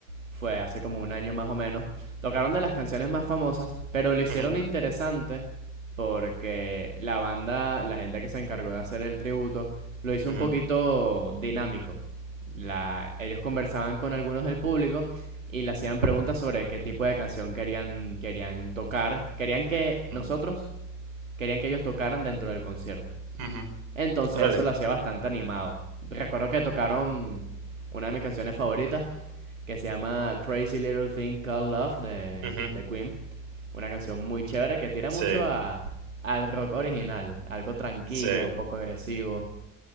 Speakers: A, on the right (about 85°); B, on the right (about 55°).
A: Fue hace como un año más o menos. Tocaron de las canciones más famosas, pero lo hicieron
B: ujú,
A: interesante porque la banda, la gente que se encargó de hacer el tributo, lo hizo
B: ujú,
A: un poquito dinámico. La- ellos conversaban con algunos del público y le hacían preguntas sobre qué tipo de canción querían, querían tocar. Querían que
B: ujú,
A: nosotros, querían que ellos tocaran dentro del concierto.
B: ujú.
A: Entonces
B: Órale.
A: eso lo hacía bastante animado. Recuerdo que tocaron una de mis canciones favoritas, que se llama Crazy Little Thing Called Love de,
B: Ujú,
A: de Queen. Una canción muy chévere que tira
B: Sí,
A: mucho a, al rock original, algo tranquilo,
B: sí.
A: poco agresivo.